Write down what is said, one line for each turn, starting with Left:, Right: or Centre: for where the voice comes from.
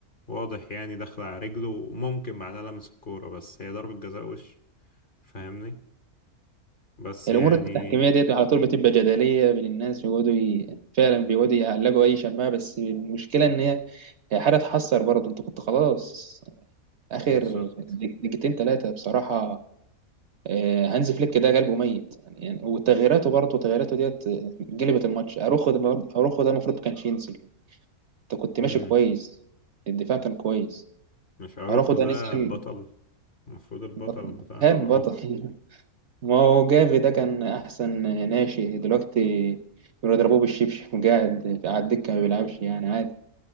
Left: واضح يعني داخل على رجله وممكن بعدها لمس الكورة بس هي ضربة جزاء وش فاهمني بس
Right: الامور
Left: يعني
Right: التحكيميه ديت على طول بتبقى جدليه بين الناس بيقعدوا ي... فعلا بيقعدوا يعلقوا اي شماعه بس المشكله ان هي هي حاجه تحسر برضه انت كنت خلاص اخر
Left: بالظبط
Right: دقيقتين ثلاثه بصراحه آه، هانز فليك ده قلبه ميت يعني يعني- وتغييراته برضه تغييراته ديت آه، جلبت الماتش اروخو ده اروخو ده المفروض كانش ينزل انت كنت ماشي
Left: امم
Right: كويس الدفاع كان كويس
Left: مش اروخو
Right: اروخو ده
Left: ده
Right: نزل
Left: البطل المفروض البطل
Right: بطل.
Left: بتاعكوا
Right: كان
Left: اروخو
Right: بطل <laughs> ما هو جافي ده كان احسن ناشئ دلوقتي بيضربوه بالشبشب وقاعد على الدكه ما بيلعبش يعني عادي